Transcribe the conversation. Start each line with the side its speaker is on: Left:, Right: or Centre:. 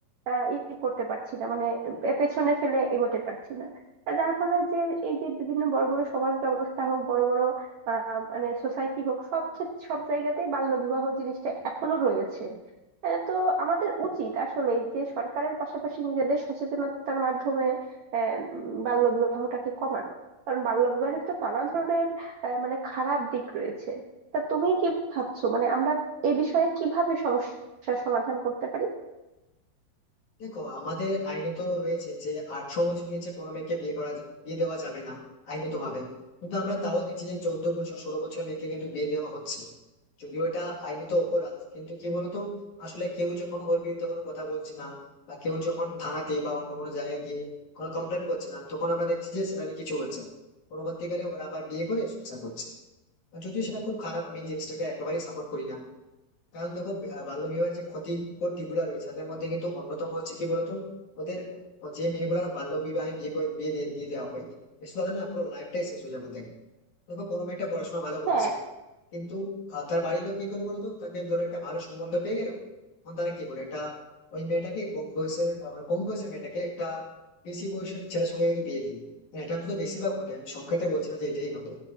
Right: আহ ই করতে পারছি না মানে পে- পেছনে ফেলে এগোতে পারছি না আর যার ফলে যে এই যে বিভিন্ন বড় বড় সমাজ ব্যবস্থা হোক বড় বড় আহ মানে সোসাইটি হোক সব ক্ষেত্রে সব জায়গাতেই বাল্য বিবাহ জিনিসটা এখনো রয়েছে আহ, তো আমাদের উচিত আসলে যে সরকারের পাশাপাশি নিজেদের সচেতনতার মাধ্যমে আহ উম, বাল্য বিবাহটাকে কমানো কারণ বাল্য বিবাহের তো নানা ধরনের আহ, মানে খারাপ দিক রয়েছে তা তুমি কি ভাবছো মানে আমরা এ বিষয়ে কিভাবে সমস্যার সমাধান করতে পারি
Left: দেখো আমাদের আইনত রয়েছে যে আঠারো বছর নিচে কোনো মেয়েকে বিয়ে করা যা- বিয়ে দেওয়া যাবে না আইনত ভাবে কিন্তু আমরা তাও দেখছি যে চোদ্দ বছর ষোলো বছর মেয়েকে কিন্তু বিয়ে দেওয়া হচ্ছে যদিও এটা আইনত অপরাধ কিন্তু কি বলতো আসলে কেউ যখন ওর বিরুদ্ধে কোনো কথা বলছে না বা কেউ যখন থানাতে বা অন্য কোনো জায়গায় গিয়ে কোনো কমপ্লেন করছে না তখন আমরা দেখছি যে সেটারই কিছু হচ্ছে না পরবর্তীকালে ওরা আবার বিয়ে করে সংসার করছে আর যদিও সেটা খুব খারাপ আমি এই জিনিসটাকে একেবারেই সাপোর্ট করি না কারণ দেখো আহ, বাল্যবিবাহের যে ক্ষতিকর দিকগুলো রয়েছে তাদের মধ্যে কিন্তু অন্যতম হচ্ছে কি বলতো ওদের যে মেয়েগুলো বাল্যবিবাহে বিয়ে করে বিয়ে দিয়ে দিয়ে দেওয়া হয় সে তাদের না পুরো লাইফটাই শেষ হয়ে যাবে ওদের। দেখো কোনো মেয়েটা পড়াশোনা ভালো করছে
Right: হ্যাঁ
Left: কিন্তু আহ, তার বাড়ির লোক কি করে বলতো তাকে ধরো একটা ভালো সম্বন্ধ পেয়ে গেল তখন তারা কি করে এটা ওই মেয়েটাকে কম বয়সের আহ, মানে কম বয়সের মেয়েটাকে একটা বেশি বয়সের ছেলের সঙ্গে যদি বিয়ে দিই হ্যাঁ, এটা অন্তত বেশিরভাগ ঘটে আমি সব ক্ষেত্রে বলছি না যে এটাই ঘটে